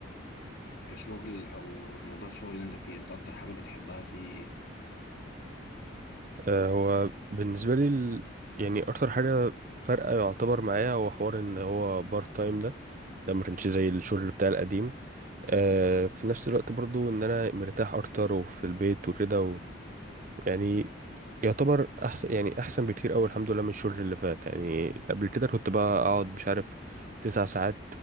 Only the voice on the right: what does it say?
آه هو بالنسبة لي ال... يعني اكتر حاجة فارقة يعتبر معايا هو حوار ان هو بارت تايم ده ده ما كانش زي الشغل بتاع القديم آه في نفس الوقت برضو ان انا مرتاح اكتر وفي البيت وكده و... يعني يعتبر احسن يعني احسن بكتير قوي الحمد لله من الشغل اللي فات يعني قبل كده كنت بقى اقعد مش عارف تسع ساعات